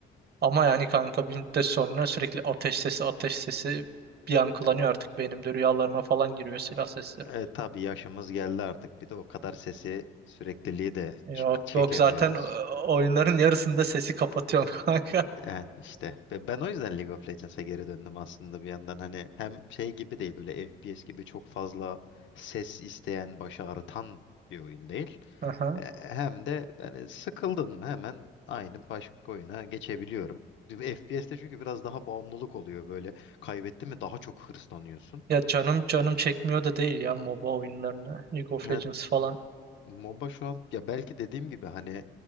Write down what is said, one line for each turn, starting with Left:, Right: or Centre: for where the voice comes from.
Right: Ama yani kanka bir müddet sonra sürekli ateş sesi ateş sesi bir yankılanıyor
Left: Ya,
Right: artık beynimde rüyalarıma falan giriyor silah sesleri.
Left: e, tabii yaşımız geldi artık. Bir de o kadar sesi sürekliliği de
Right: Yok
Left: çık- çekemiyoruz.
Right: yok zaten o- oyunların yarısında sesi kapatıyorum <laughs> kanka.
Left: Evet işte Ve ben o yüzden League of Legends'a geri döndüm aslında bir yandan hani hem şey gibi değil böyle FPS gibi çok fazla ses isteyen baş ağrıtan bir oyun değil
Right: Aha.
Left: E, hem de hani sıkıldın mı hemen aynı başka oyuna geçebiliyorum. FPS'te çünkü biraz daha bağımlılık oluyor böyle kaybettin mi daha çok hırslanıyorsun.
Right: Ya canım canım çekmiyor da değil ya MOBA oyunlarını. League of
Left: Evet
Right: Legends falan.
Left: MOBA şu an ya belki dediğim gibi hani